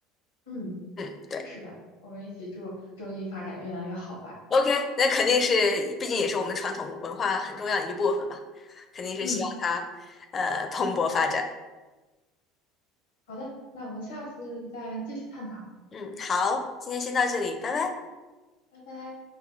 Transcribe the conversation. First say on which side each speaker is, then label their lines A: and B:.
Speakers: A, on the left (about 85°); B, on the left (about 35°).
A: 嗯，
B: 嗯，对
A: 是的，我们一起祝中医发展越来越好吧。
B: ，OK，那肯定是，毕竟也是我们传统文化很重要的一部分嘛，肯定是希望它呃蓬勃发展。
A: 嗯，好的，那我们下次再继续探讨，
B: 嗯，好，今天先到这里，拜拜。
A: 拜拜。